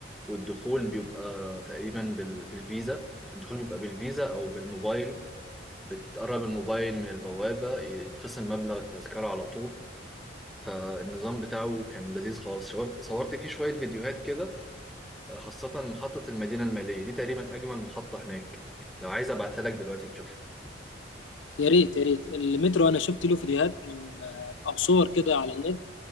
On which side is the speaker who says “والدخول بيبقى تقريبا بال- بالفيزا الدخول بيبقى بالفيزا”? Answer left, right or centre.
Centre